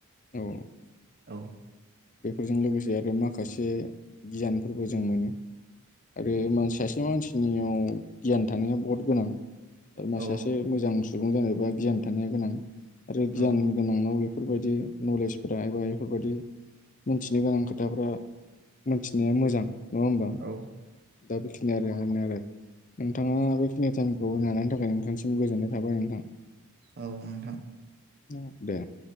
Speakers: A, on the left (about 35°); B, on the right (about 45°).
A: औ
B: औ।
A: बेफोरजों लोगोसे आरो माखासे गियानफोरबो जों मोनो। आरो मानसि सासे मानसि। नियाव गियान थानाया बहुत गोनां।
B: औ
A: सासे मोजां सु सुबुं जानायोबा गियान थानाया गोनां आरो गियान
B: औ
A: गोनांनाव बेफोरबायदि नलेजफोरा एबा बेफोरबायदि मिथिनो गोनां खोथाफ्रा मोनथिनाया मोजां नंङा होमबा
B: औ
A: दा बेखिनि आरो नोरो नोंथाङा बेखिनि टाइमखौ नानायनि थाखाय नोंथांसिम गोजोननाय थाबाय नोंथां
B: औ नोंथां
A: औ दे